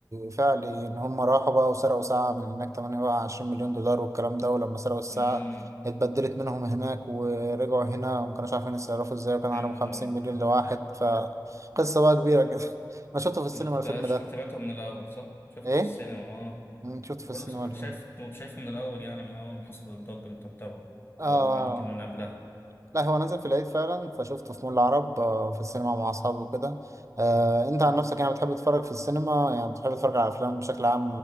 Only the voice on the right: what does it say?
فعلي إن هم راحوا بقى وسرقوا ساعة من هناك 28 مليون دولار والكلام ده ولما سرقوا الساعة
اتبدلت منهم هناك ورجعوا هنا ما كانوش عارفين يتصرفوا ازاي وكان
عليهم 50
مليون
لواحد فقصة بقى كبيرة كده <laughs> أنا شفته في السينما
الفيلم
ده
إيه؟
أمم، شفته في
السينما
الفيلم
ده
آه
لا هو نزل في العيد فعلا فشفته في مول العرب آه، في السينما مع اصحابي وكده آه، انت عن نفسك يعني بتحب تتفرج في السينما يعني بتحب تتفرج على افلام بشكل عام